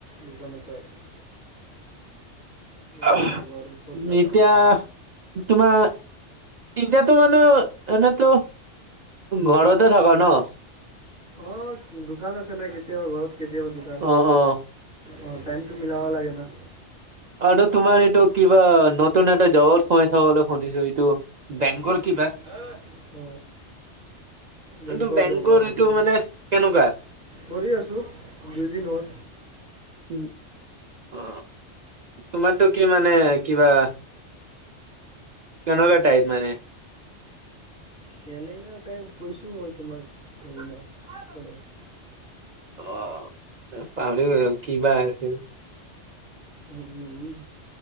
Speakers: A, on the right; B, on the right.
A: দোকানতে আছোঁ ইয়াতে
B: অহহ
A: থাকোঁ আৰু ক'ত যাবা
B: এতিয়া তোমাৰ এতিয়াতো মানে এনেতো ঘৰতে থকা ন
A: অ দোকান আছে না কেতিয়াবা ঘৰত কেতিয়াবা দোকান
B: অ অ
A: অঁ টাইমটো মিলাব লাগে ন
B: আৰু তোমাৰ এইটো কিবা নতুন এটা জগত কৰিছা বুলি শুনিছো এইটো বেংকৰ
A: কি
B: কিবা
A: আহ বেংকৰ
B: এইটো
A: যাবা অহ
B: এইটো মানে কেনেকুৱা
A: কৰি আছো দুইদিন হ'ল
B: উম অ তোমাতো কি মানে কিবা কেনেকা টাইপ মানে
A: কেনেকা টাইপ কৈছো মই তোমাক হেদিনা কেনে
B: অ পাৰিব কি বা আছে
A: উম